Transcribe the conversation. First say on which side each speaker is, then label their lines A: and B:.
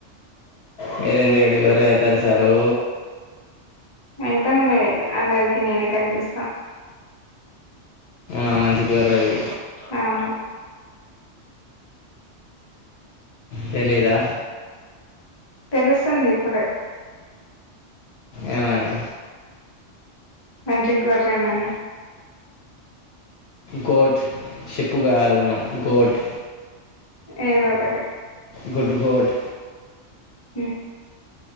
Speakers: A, on the left; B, on the left.
A: మీర ఎందుకు ఎడ్డి గొర్ర అయితారు సారు
B: అయితాంలే అందరికి నేనే కనిపిస్తా
A: ఆ మంచి గొర్ర ఆది
B: అవును
A: తేలీదా
B: తెలుస్తుంది ఇప్పుడే
A: ఏమని
B: మంచిగోరెనని
A: గోట్ షిప్కదానమా గోట్
B: ఏదో ఒకటి
A: గుడ్ గోట్
B: హు